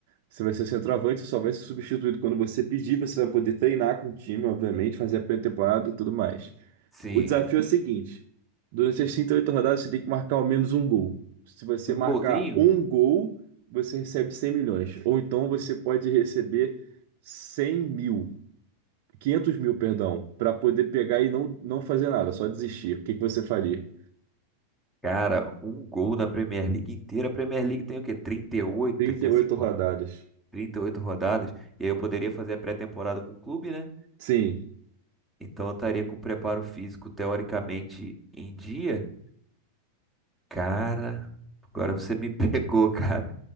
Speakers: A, on the right (about 45°); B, in the centre.
A: Você vai ser o centroavante, só vai ser substituído quando você pedir. Você vai poder treinar com o time, obviamente, fazer a pré-temporada e tudo mais.
B: Sim.
A: O desafio é o seguinte: durante as 38 rodadas, você tem que marcar ao menos um gol. Se você
B: Um
A: marcar
B: golzinho?
A: um gol, você recebe 100 milhões. Ou então você pode receber 100 mil, 500 mil, perdão, para poder pegar e não, não fazer nada, só desistir. O que que você faria?
B: Cara, um gol na Premier League inteira. A Premier League tem o quê? 38,
A: 38
B: 35,
A: rodadas.
B: ro- 38 rodadas. E aí eu poderia fazer a pré-temporada com o clube, né?
A: Sim,
B: Então eu estaria com o preparo físico teoricamente em dia. Cara, agora você me <laughs> pegou, cara.